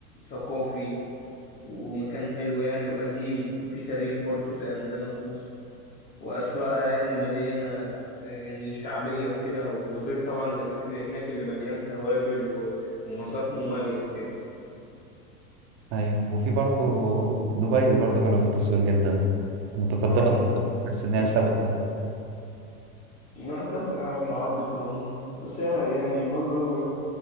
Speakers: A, on the left; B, on the right.
A: ثقافي ومكان حلو يعني وقديم وفي تاريخ برضو زي عندنا في مصر وأسواقها يعني مليانة آه، يعني شعبية وكده وغير طبعا الأكل هناك اللي مليان توابل و- ومذاق مميز كده
B: أيوة وفي برضو دبي برضو حلوة في التصوير جدا متقدمة
A: اه
B: بس إنها سابقة
A: ناقص أبقى العالم العربي في العموم بس هي يعني برضو